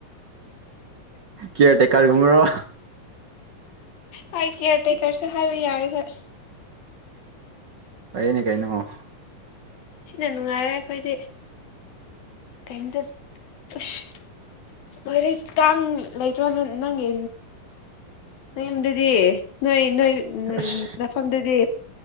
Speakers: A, on the right (about 50°); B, on the left (about 80°).
A: ꯀꯦꯌꯥꯔ ꯇꯦꯀꯔꯒꯨꯝꯕꯔꯣ꯫
B: ꯍ‌ꯣꯏ ꯀꯦꯌꯔ ꯇꯦꯀꯔꯁꯨ ꯍꯥꯏꯕ ꯌꯥꯔꯦ ꯍꯣꯏ꯫
A: ꯐꯩꯅꯦ ꯀꯩꯅꯣ꯫
B: ꯁꯤꯅ ꯅꯨꯡꯉꯥꯏꯔꯦ ꯑꯩꯈꯣꯏꯗꯤ꯫ ꯀꯩꯏꯝꯗ ꯑꯁ ꯂꯣꯏꯔ‌ꯦꯁ ꯀꯥꯡ ꯂꯩꯇ꯭ꯔꯣ ꯅꯪꯒꯤ ꯅꯌꯨꯝꯗꯗꯤ ꯅꯣꯏ ꯅꯣꯏ
A: ꯑꯁ
B: ꯅꯐꯝꯗꯗꯤ꯫